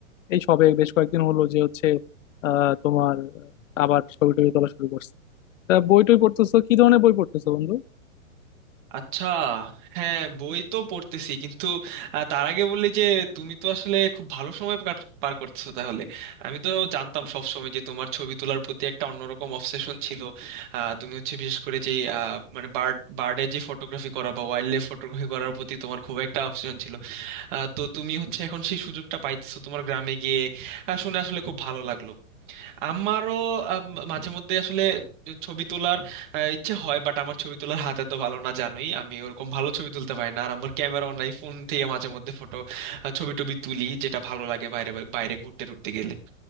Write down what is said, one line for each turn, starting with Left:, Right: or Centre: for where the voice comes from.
Left: এই সবে বেশ কয়েকদিন হলো যে হচ্ছে আহ তোমার আবার ছবি টবি তোলা শুরু করছি তা বই টই পড়তেছো কি ধরনের বই পড়তেছো বন্ধু
Right: আচ্ছা হ্যাঁ বই তো পড়তেছি কিন্তু আহ, তার আগে বললি যে তুমি তো আসলে খুব ভালো সময় কাট- পার করতেছো তাহলে আমি তো জানতাম সব সময় যে তোমার ছবি তোলার প্রতি একটা অন্যরকম অবসেশন ছিল আহ, তুমি হচ্ছে বিশেষ করে যে আহ, মানে বার্ড বার্ডের যে ফটোগ্রাফি করা বা ওয়াইল্ড লাইফ ফটোগ্রাফি করার প্রতি তোমার খুব একটা অবসেশন ছিল আহ, তো তুমি হচ্ছে এখন সেই সুযোগটা পাইতেছো তোমার গ্রামে গিয়ে আহ, শুনে আসলে খুব ভালো লাগলো আমারও আম, মাঝে মধ্যে আসলে ছবি তোলার আহ, ইচ্ছে হয় বাট আমার ছবি তোলার হাত এত ভালো না জানোই আমি ওরকম ভালো ছবি তুলতে পারি না আর আমার ক্যামেরাও নাই ফোন থেকে মাঝে মধ্যে ফটো ছবি টবি তুলি যেটা ভালো লাগে বাইরে বাইরে ঘুরতে টুরতে গেলে